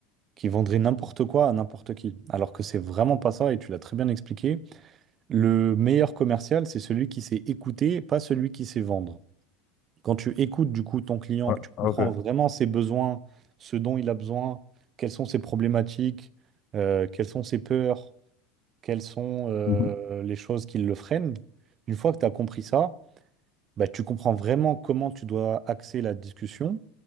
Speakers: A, on the right; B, on the left.
A: qui vendrait n'importe quoi à n'importe qui. Alors que c'est vraiment pas ça, et tu l'as très bien expliqué. Le meilleur commercial, c'est celui qui sait écouter, pas celui qui sait vendre. Quand tu écoutes du coup ton client,
B: Ouais,
A: que tu
B: ok.
A: comprends vraiment ses besoins, ce dont il a besoin, quelles sont ses problématiques, euh, quelles sont ses peurs, quelles sont euh,
B: Mhm.
A: les choses qui le freinent, une fois que tu as compris ça, bah, tu comprends vraiment comment tu dois axer la discussion.